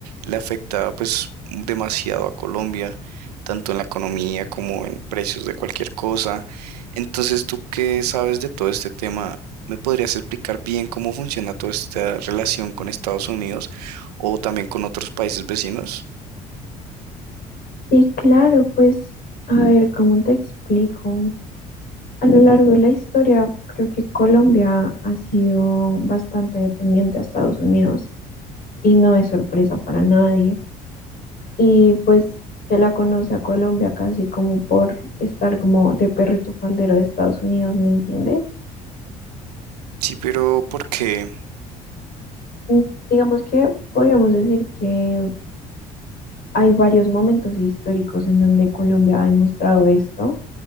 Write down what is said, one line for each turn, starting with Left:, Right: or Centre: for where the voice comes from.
Right: le afecta pues demasiado a Colombia, tanto en la economía como en precios de cualquier cosa. Entonces, tú que sabes de todo este tema, ¿me podrías explicar bien cómo funciona toda esta relación con Estados Unidos o también con otros países vecinos?
Left: Sí, claro, pues a ver, ¿cómo te explico? A lo largo de la historia, creo que Colombia ha sido bastante dependiente a Estados Unidos y no es sorpresa para nadie. Y pues se la conoce a Colombia casi como por estar como de perrito faldero de Estados Unidos, ¿me entiendes?
Right: Sí, pero ¿por qué?
Left: Mm, Digamos que podríamos decir que hay varios momentos históricos en donde Colombia ha demostrado esto.